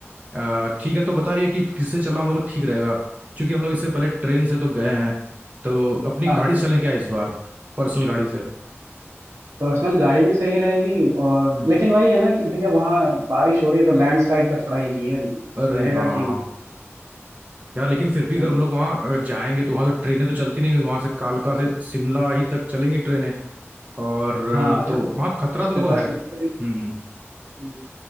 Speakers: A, on the right; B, on the right.
A: अ, ठीक है तो बताइए कि किससे चलना हम लोग को ठीक रहेगा क्योंकि हम लोग इससे पहले ट्रेन से तो गए हैं तो अपनी
B: हाँ
A: गाड़ी
B: हाँ
A: से चलें क्या इस बार पर्सनल गाड़ी से
B: पर्सनल गाड़ी भी सही रहेगी और
A: हम्म,
B: लेकिन वही है ना कि भैया वहाँ बारिश हो रही है तो लैंडस्लाइड का थोड़ा एक ये
A: अरे
B: रहेगा
A: हाँ
B: कि
A: यार लेकिन फिर भी
B: तो
A: अगर हम लोग वहाँ अगर जाएंगे तो वहाँ तो ट्रेनें तो चलती नहीं वहां से कालका से शिमला ही तक चलेंगी ट्रेनें और
B: हाँ
A: अ,
B: अच्छा
A: तो
B: फिर
A: वहाँ खतरा तो देखो है
B: बस
A: हम्म
B: लेनी
A: हम्म।
B: पड़ेगी